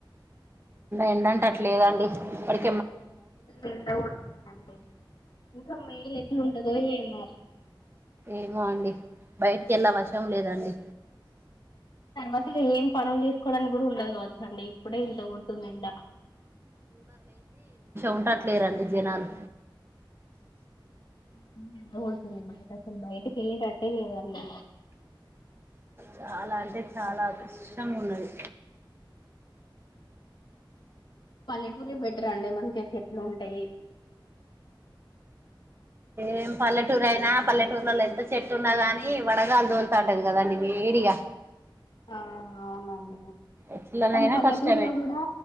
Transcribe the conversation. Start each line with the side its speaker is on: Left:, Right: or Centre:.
Right: ఎండ అట్లేదండి ఇప్పటి
Left: ఎంతండి ఇంకా మేలో ఎట్లుంటందో ఏమో
Right: ఏమోండి బయ ఎలా వశం లేదండి
Left: తరువాత పనులు చేసుకోవడానికి కూడా ఉండదు కావచ్చ అండి ఇప్పుడే ఇంత కొడుతుంది ఎండ
Right: ఉంటట్లేరండి జనాలు
Left: ఆ ఫుల్ ఎండ కూడుతుంది బయట అసలు బయటకి వెళ్ళేటట్టే లేదండి
Right: చాలా అంటే చాలా కృష్టంగా ఉన్నది
Left: పల్లెటూర బెటర్ అండి మంచిగా చెట్లు ఉంటాయి
Right: ఏం పల్లెటూరు అయినా పల్లెటూర్లలో ఎంత చెట్టు ఉన్నా గాని వడగాలు దోలుతా ఉంటది కదండి వేడిగా
Left: ఆ అవునండి
Right: ఎట్లనైనా
Left: కానీ పల్లెటూర్
Right: కష్టమే
Left: లో కూడా